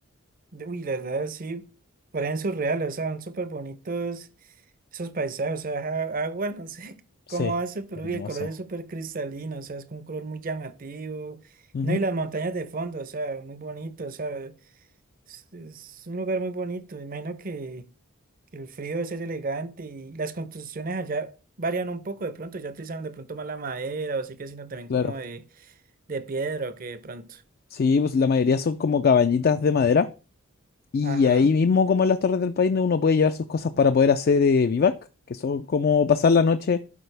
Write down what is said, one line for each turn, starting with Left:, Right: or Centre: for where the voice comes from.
Right: De- Uy, la verdad, sí, parecen surreales, o sea, son súper bonitos esos paisajes, o sea, ja- agua, no sé <laughs>
Left: Sí,
Right: cómo hace, pero
Left: hermoso.
Right: uy, el color es súper cristalino, o sea, es con un color muy llamativo,
Left: Ujú,
Right: no, y las montañas de fondo, o sea, muy bonito, o sea, es, es un lugar muy bonito, me imagino que, que el frío debe ser elegante y las construcciones allá varían un poco de pronto, ya utilizan de pronto más la madera, o sí que sino también
Left: Claro.
Right: como de, de piedra o que de pronto,
Left: Sí, pues la mayoría son como cabañitas de madera Y
Right: ajá,
Left: ahí mismo, como en las Torres del Paine, uno puede llevar sus cosas para poder hacer eh, vivac, que son como pasar la noche